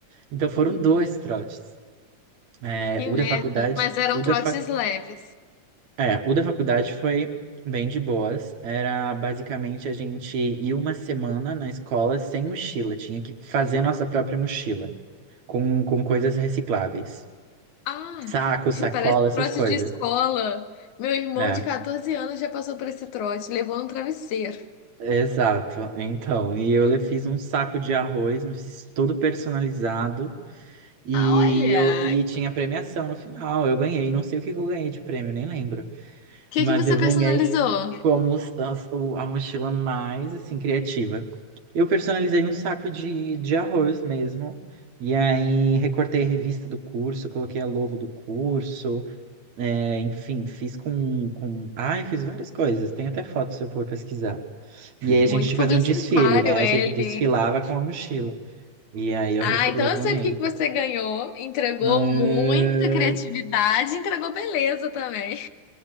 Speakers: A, on the right; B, on the left.
A: Então foram dois trotes. Eh,
B: Que
A: o
B: merda.
A: da faculdade,
B: Mas eram
A: o da
B: trotes
A: fa
B: leves.
A: é, o da faculdade foi bem de boas. Era basicamente a gente ir uma semana na escola sem mochila, tinha que fazer a nossa própria mochila, com, com coisas recicláveis.
B: Ah,
A: Saco,
B: <laughs>
A: sacola,
B: parece
A: essas
B: trote
A: coisas.
B: de escola. Meu irmão
A: É,
B: de 14 anos já passou por esse trote, levou no travesseiro.
A: exato. Então, e eu le- fiz um saco de arroz, me fiz tudo personalizado e
B: Ah, olha.
A: eu e tinha
B: O
A: premiação no final. Eu ganhei, não sei o que que eu ganhei de prêmio, nem lembro.
B: que
A: Mas
B: que você
A: eu
B: personalizou?
A: ganhei como s- as- o- a mochila mais, assim, criativa. Eu personalizei um saco de, de arroz mesmo. E aí recortei a revista do curso, coloquei a logo do curso. é, enfim, fiz com, com... Ai, fiz várias coisas. Tem até foto se eu for pesquisar. E aí
B: Muito
A: a gente
B: publicitário
A: fazia um desfile, né?
B: ele.
A: A gente desfilava com a mochila. E aí eu,
B: Ah,
A: rece-
B: então
A: eu ganhei.
B: eu sei porque que você ganhou. Entregou
A: Ah,
B: muita criatividade, entregou beleza também.